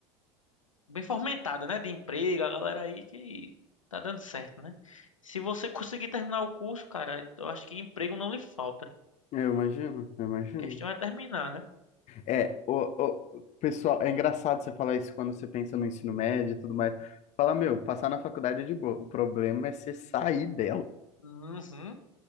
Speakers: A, on the left (about 90°); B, on the left (about 45°).
A: bem fomentada, né? De emprego, a galera aí que tá dando certo, né? Se você conseguir terminar o curso, cara, eu acho que emprego não lhe falta.
B: Eu imagino, eu imagino.
A: A questão é terminar, né?
B: É, o, o, pessoal, é engraçado você falar isso quando você pensa no ensino médio e tudo mais. Fala, meu, passar na faculdade é de boa. O problema é você sair dela.
A: Uhum.